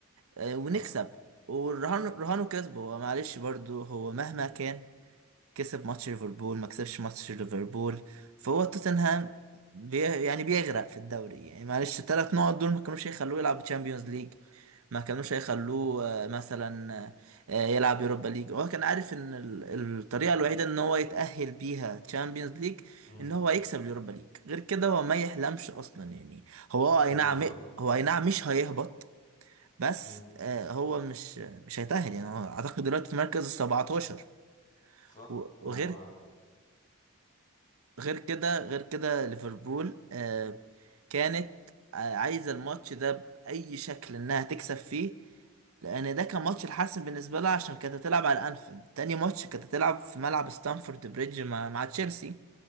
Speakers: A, on the right; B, on the left.
A: آه، ونكسب
B: صح
A: والرهان رهانه كسبه هو معلش برضو هو مهما كان كسب ماتش ليفربول ما كسبش ماتش ليفربول فهو توتنهام بي يعني بيغرق في الدوري يعني معلش الثلاث نقط دول ما كانوش هيخلوه يلعب تشامبيونز ليج ما كانوش هيخلوه آه، مثلا آه، يلعب يوروبا ليج هو كان عارف ان ال- الطريقه الوحيده ان هو يتأهل بيها تشامبيونز ليج
B: مم.
A: ان هو يكسب اليوروبا ليج غير كده هو ما يحلمش اصلا يعني هو اي
B: بالظبط
A: نعم هو اي نعم مش هيهبط بس
B: مم.
A: آه، هو مش مش هيتأهل يعني هو اعتقد دلوقتي في مركز 17
B: صح
A: و-
B: هو
A: وغير غير كده غير كده ليفربول آه، كانت آه، عايزة الماتش ده بأي شكل إنها تكسب فيه لأن ده كان ماتش الحاسم بالنسبة لها عشان كانت هتلعب على أنفيلد تاني ماتش كانت هتلعب في ملعب ستانفورد بريدج مع مع تشيلسي